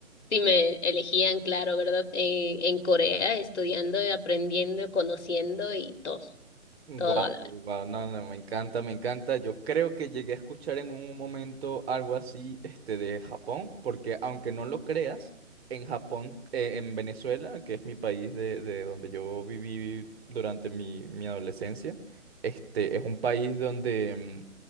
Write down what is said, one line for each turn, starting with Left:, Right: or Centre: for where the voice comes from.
Left: si me elegían, claro, ¿verdad? Eh, en Corea, estudiando, y aprendiendo, conociendo y todo,
Right: Wow,
Left: todo a la
Right: wow, no, no, me encanta, me encanta. Yo creo que llegué a escuchar en un momento algo así, este, de Japón, porque aunque no lo creas, en Japón, eh, en Venezuela, que es mi país de, de donde yo viví durante mi, mi adolescencia, este, es un país donde mm,